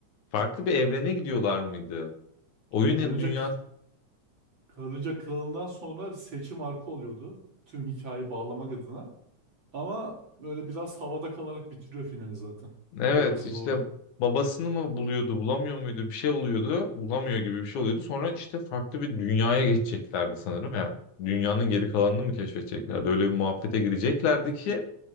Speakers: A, on the left (about 80°); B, on the right (about 40°).
A: Farklı bir evrene gidiyorlar mıydı? Oyun
B: Karınca,
A: ya dünya.
B: Karınca Kralı'ndan sonra bir seçim arka oluyordu. Tüm hikayeyi bağlamak adına. Ama böyle biraz havada kalarak bitiriyor finali zaten.
A: Evet
B: Orası
A: işte
B: doğru.
A: babasını mı buluyordu bulamıyor muydu bir şey oluyordu. Bulamıyor gibi bir şey oluyordu. Sonra işte farklı bir dünyaya geçeceklerdi sanırım. Yani dünyanın geri kalanını mı keşfedeceklerdi? Öyle bir muhabbete gireceklerdi ki